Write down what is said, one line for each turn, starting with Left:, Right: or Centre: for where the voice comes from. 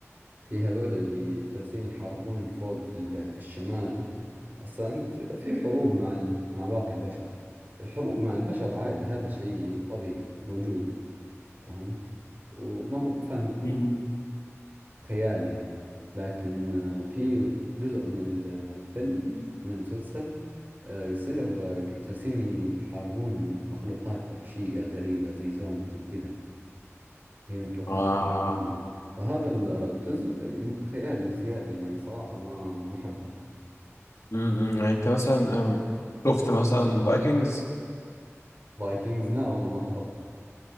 Right: في هذول اللي جالسين يحاربون فوق في ال- في الشمال هسا انت في حروب مع ال- مع باقي البشر الحروب مع البشر عادي هذا شيء يعني طبيعي موجود فهمت وما هو بفن ما
Left: مم.
Right: هو خيال يعني لكن آه، في جزء من الفيلم من المسلسل آه، يصير آه، جالسين يحاربون مخلوقات وحشية غريبة زي زومبيز وكذا هي المخلوقات
Left: اه
Right: الحقيقية
Left: اه
Right: فهذا الجزء خيالي بزيادة يعني صراحة ما ما أحبه
Left: امم يعني انت مثلا أم، شفت مثلا فايكنجز
Right: فايكنجز لا والله ما حضرته